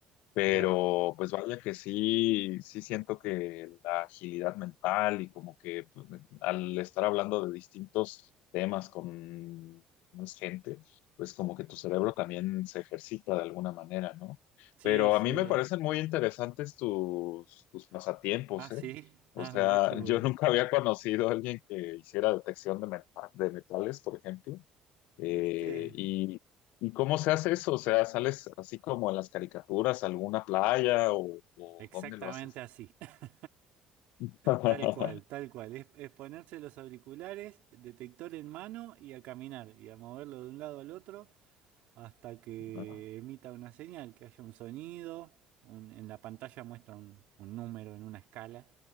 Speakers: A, on the left (about 85°); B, on the right (about 75°).
A: Pero
B: Claro.
A: pues vaya que sí, sí siento que la agilidad mental y como que pues, al estar hablando de distintos temas con más gente, pues como que tu cerebro también se ejercita de alguna manera, ¿no?
B: Sí,
A: Pero
B: sí,
A: a mí me
B: es.
A: parecen muy interesantes tus, tus pasatiempos,
B: Ah, sí.
A: ¿eh? O
B: Ah,
A: sea,
B: mirá qué bueno.
A: <laughs> yo nunca había conocido a alguien que hiciera detección de, meta- de metales, por ejemplo. Eh,
B: ¿Viste?
A: y, ¿y cómo se hace eso? O sea, ¿sales así como en las caricaturas, a alguna playa o, o
B: Exactamente
A: dónde lo haces?
B: así. <laughs>
A: <laughs>
B: Tal cual, tal cual. Es, es ponerse los auriculares, detector en mano y a caminar y a moverlo de un lado al otro hasta que
A: Ah,
B: emita una señal, que haya un sonido, un- en la pantalla muestra un, un número en una escala